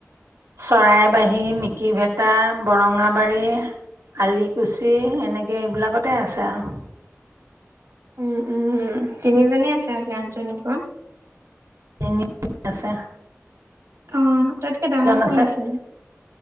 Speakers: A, on the right; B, on the right.
A: চৰাইবাহী, মিকি ভেত তা বৰঙাবাৰী, আলিকুছি এনেকে এইবিলাকতে আছে আও।
B: উম উমম তিনিজনী আছে এতিয়া আঠজনীৰ পৰা?
A: তিনিজনী আছে।
B: অঁ, আটাইতকে ডাঙৰ
A: জন আছে
B: কোন আছিলে?